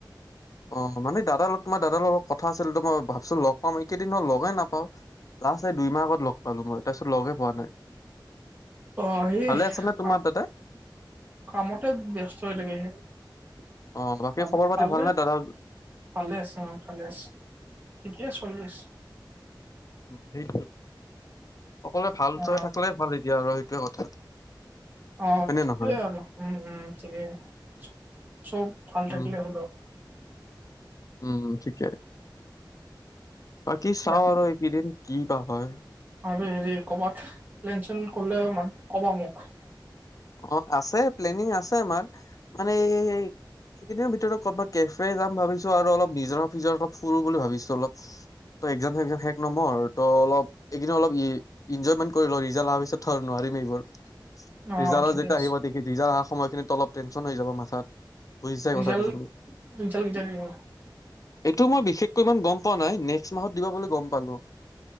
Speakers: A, on the left; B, on the right.
A: অ মানে দাদাৰ লগত মই দাদাৰ লগত কথা আছিলো মই ভাবছো লগ পাম এইকেইদিন লগে নাপাওঁ। লাষ্ট দুই মাহ আগত লগ পালো। মই তাৰপিছত লগে পোৱা নাই।
B: অ সেই
A: ভালে আছে নে তোমাৰ দাদাই
B: <inaudible> কামতে ব্যস্ত হৈ থাকে সেই <inaudible>
A: অ বাকী খবৰ পাতি
B: ভাল
A: ভালনে দাদা
B: ভালে আছো ভালে আছো অ ভালে আছো। ঠিকেয়ে চোলি আছে।
A: সেইটো অকলে ভাল
B: অ
A: চোলি থাকলে ভাল এতিয়া আৰু সেইটোৱে কথা।
B: অ
A: হয়নে
B: সিটোয়ে
A: নহয়
B: আৰু উম উম ঠিকেই চব ভাল
A: উম
B: থাকিলে
A: উম ঠিকে বাকী চাওঁ
B: বাট
A: আৰু এইকেইদিন কি বা হয়।
B: হেৰি কৰবাত লেন চেন কৰিলে মান কবা মোক <inaudible>
A: অ আছে প্লেনিং আছে আমাৰ মানে এই সেইখিনি ভিতৰত কৰ'ৰবাত কেফে যাম ভাবিছো আৰু অলপ নিজৰ ফিজৰাত অলপ ফুৰো বুলি ভাবিছো অলপ ত এক্সাম চেগ শেষ নমৰ ত অলপ এইন অলপ এনজয়মেন্ট কৰি ল <unintelligible> পিছত থৰ নোৱাৰিম এইবোৰ
B: অ
A: ৰিজালৰ
B: ঠিকে
A: যেতিয়া
B: আছে
A: আহিবৰিজাল সময়খিনিত অলপ টেনচন আহি যাব মাথাত বুজিছোয়
B: ৰিজাল্ট
A: কথাটোত
B: ৰিজাল্ট কেতিয়া
A: <inaudible>
B: দিব
A: এইটো মই বিশেষকৈ ইমান গম পোৱা নাই নেক্সট মাহত দিবা বুলি গম পালো। <inaudible>